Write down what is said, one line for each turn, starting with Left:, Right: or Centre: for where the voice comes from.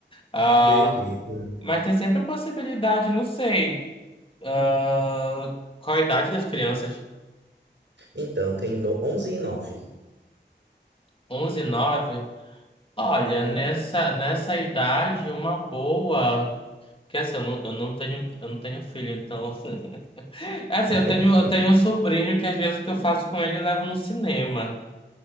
Left: Ah,
Right: Beleza.
Left: mas tem sempre a possibilidade, não sei, ah, qual a idade das crianças?
Right: Então, tem no- 11 e nove.
Left: onze nove Olha,
Right: Uhum.
Left: nessa, nessa idade, uma boa. Que assim, eu não, eu não tenho, eu não tenho filho, então. <laughs> Assim,
Right: <laughs>
Left: eu tenho, eu tenho um sobrinho que às vezes o que eu faço com ele eu levo no cinema.